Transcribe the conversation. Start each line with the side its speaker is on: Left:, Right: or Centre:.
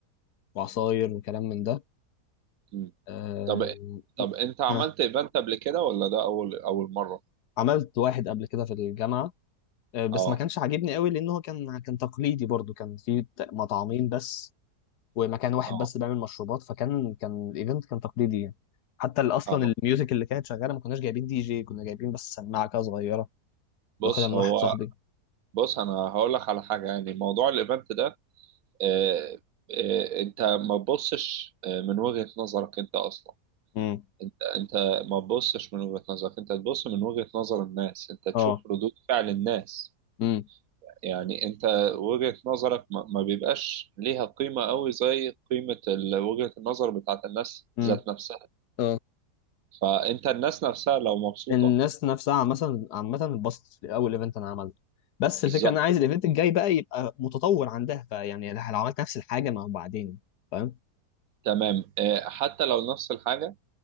Left: وعصاير وكلام من ده
Right: مم.
Left: آم،
Right: طب طب انت عملت
Left: ها
Right: ايفنت قبل كده ولا ده اول اول مرة
Left: عملت واحد قبل كده في الجامعة آه، بس
Right: اه
Left: ما كانش عاجبني قوي لأن هو كان كان تقليدي برضو كان في ت- مطعمين بس ومكان واحد
Right: اه
Left: بس بيعمل مشروبات فكان كان الإيفنت كان تقليدي يعني حتى ال- أصلا
Right: اه
Left: الميوزك اللي كانت شغالة ما كناش جايبين دي جي كنا جايبين بس سماعة كده صغيرة كنت
Right: بص
Left: واخدها من
Right: هو
Left: واحد صاحبي
Right: بص انا هقول لك على حاجه يعني موضوع الايفنت ده آه، آه، انت ما تبصش آه، من وجهه نظرك انت اصلا
Left: امم
Right: انت انت ما تبصش من وجهه نظرك انت تبص من وجهه نظر الناس انت
Left: اه
Right: تشوف ردود فعل الناس
Left: امم
Right: يعني انت وجهه نظرك ما ما بيبقاش ليها قيمه قوي زي قيمه ال- وجهه النظر بتاعت الناس
Left: امم
Right: ذات نفسها
Left: اه
Right: فانت الناس نفسها لو مبسوطه
Left: الناس نفسها مثلا عامة اتبسطت في أول إيفنت أنا عملته بس الفكرة
Right: بالظبط
Left: أنا عايز الإيفنت الجاي بقى يبقى متطور عندها فيعني لو عملت نفس الحاجة ما هو بعدين فاهم؟
Right: تمام آه، حتى لو نفس الحاجه